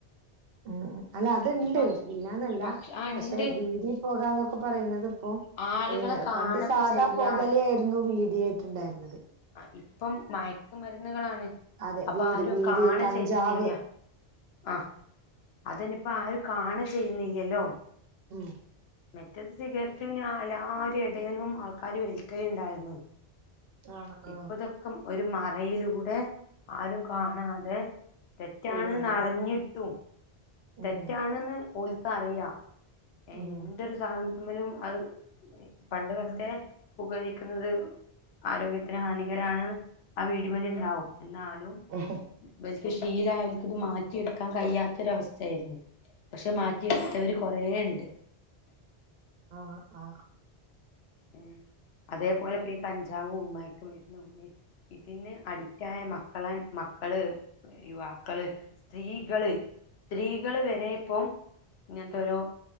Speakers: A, on the right; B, on the left.
A: ഉം ഉം അല്ല അത്ണ്ട്
B: പ
A: ഇല്ലാന്നല്ല
B: പക്ഷ ആ
A: പക്ഷെ
B: ഉണ്ട്
A: വീടി പോകാന്നൊക്കെ പറയുന്നത്. ഇപ്പൊ
B: ആളുകളെ കാണപ്പൊ
A: പണ്ട് സാധാ
B: ചെയ്യാ
A: പൊകലെയാര്ന്നു വീടിയായിട്ടുണ്ടായിരുന്നത്.
B: അ ഇപ്പം മയക്കുമരുന്നുകളാണ്.
A: അതെ
B: അപ്പ
A: വീതി
B: ആരും
A: വീതി
B: കാണെ
A: കഞ്ചാവ്
B: ചെയ്യുന്നില്ല. ആഹ അതെനിപ്പോ ആരും കാണെ ചെയ്യുന്നില്ലല്ലോ
A: ഉം
B: മറ്റെത് സിഗരറ്റ് ഞാ എല്ലാരെടേന്നും ആൾക്കാര് വലിക്കലിണ്ടായിരുന്നു.
A: ആഹ് ആഹ്
B: ഇപ്പ ഇതൊക്കെ ഒരു മറയിലൂടെ ആരും കാണാതെ. തെറ്റാണ്ന്ന്
A: ചെയ്യുന്നതാ
B: അറിഞ്ഞിട്ടും
A: ഉം
B: തെറ്റാണെന്ന് ഓൽക്ക് അറിയാ ഏഹ്
A: ഉം
B: എന്തൊരുതാണ്. മിലും അത് പണ്ട് തൊട്ടേ പുകവലിക്കുന്നത് ആരോഗ്യത്തി- ന് ഹാനികരാണ് ആ വീടിമല്ണ്ടാവും എന്നാലും.
A: എഹെ
B: ഇബൽക്ക് ശീലായൊൽക് ഇത് മാറ്റിയെടുക്കാൻ കഴിയാത്തൊര അവസ്ഥയായിരുന്നു പക്ഷെ മാറ്റി- എട്ത്തോര് കൊറേ ഇണ്ട്.
A: ആഹ ആഹ
B: ഏഹ് അതേപോലെ ഇപ്പ ഈ കഞ്ചാവും മയക്ക മരുന്നും ഇ- ഇതിന് അഡിറ്റായ മക്കളെ മക്കള്. യുവാക്കള് സ്ത്രീകള് സ്ത്രീകള് വെരെ ഇപ്പൊ ഇങ്ങനത്തെ ഒരോ